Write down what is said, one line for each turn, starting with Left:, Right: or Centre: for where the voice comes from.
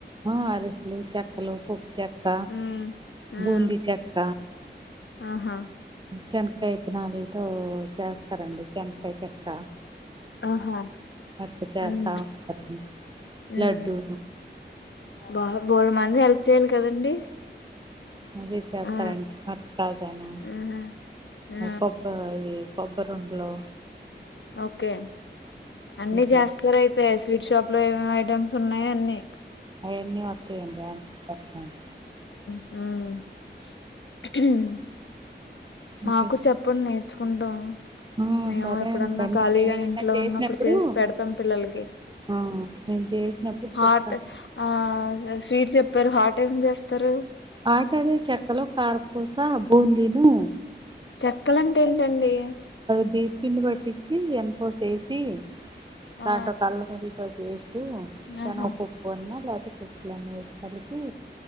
Right: ఆ, అరిసెలు చెక్కలు పప్పు చెక్క
Left: ఉమ్ ఉమ్
Right: బూంది చెక్క
Left: ఆహా
Right: శనకాయత్తినాలతో చేస్తారండి శనకాయ చెక్క
Left: ఆహా
Right: అట్ చేస్తాము
Left: ఉమ్ ఉమ్
Right: లడ్డూ
Left: బా బోళ మంది హెల్ప్ చేయాలి కదండి
Right: నేను చేస్తానండి
Left: ఆ
Right: మా అత్త కలుస్తారండి
Left: ఆ ఆ
Right: కొబ్బరి కొబ్బరి ఉండలు
Left: ఓకే అన్ని చేస్తారయితే
Right: చేస్తా
Left: స్వీట్ షాప్ లో ఎమ్ ఎమ్ ఐటమ్ ఉన్నాయి అన్నీ
Right: ఇన్ని అత్తయ్య చేస్తారండి
Left: మ్
Right: ఇంకే
Left: మాకు చెప్పండి నేర్చుకుంటాం
Right: ఆ
Left: మేము
Right: సరే
Left: ఎప్పుడన్నా
Right: అండి అన్నీ
Left: ఖాళీగా
Right: మేము ఏమైనా
Left: ఇంట్లో
Right: చేసినప్పుడు
Left: ఉన్నప్పుడు చేసి పెడతాం పిల్లలకి
Right: ఆ నేను చేసినప్పుడు
Left: హాట్
Right: చెప్తాను
Left: ఆ స్వీట్ చెప్పారు హాట్ ఏం చేస్తారు
Right: హాట్ అదే చెక్కలు కార్పూస బూందిను
Left: చెక్కలు అంటే ఏంటండి
Right: బియ్యం పిండి పట్టించి ఎనపోసేసి దాంట్లో
Left: ఆ
Right: కి అల్లం ఎల్లిపాయ పెస్ట్ శనగపప్పు
Left: ఆహా
Right: అన్నా లేకపోతే పప్పులన్నీ కలిపి